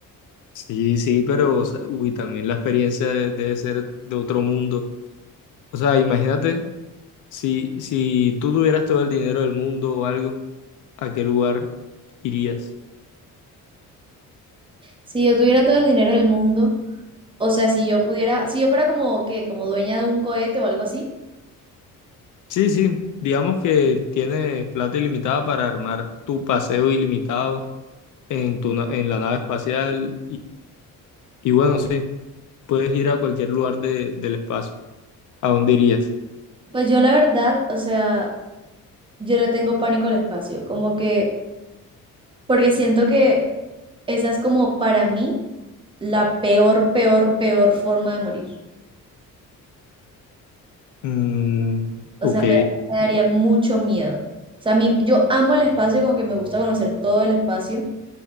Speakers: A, on the left; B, on the right.
A: Sí, sí, pero, o sea, uy, también la experiencia de- debe ser de otro mundo. O sea, imagínate si, si tú tuvieras todo el dinero del mundo o algo, ¿a qué lugar irías?
B: Si yo tuviera todo el dinero del mundo, o sea, si yo pudiera, si yo fuera como que, como dueña de un cohete o algo así,
A: Sí, sí, digamos que tienes plata ilimitada para armar tu paseo ilimitado en tu, na- en la nave espacial Y bueno, sí, puedes ir a cualquier lugar de- del espacio. ¿A dónde irías?
B: pues yo la verdad, o sea, yo le tengo pánico al espacio, como que, porque siento que Esa es como para mí la peor, peor, peor forma de morir.
A: Mm,
B: O
A: ok,
B: sea, me, me daría mucho miedo. O sea, a mí, yo amo el espacio, como que me gusta conocer todo el espacio.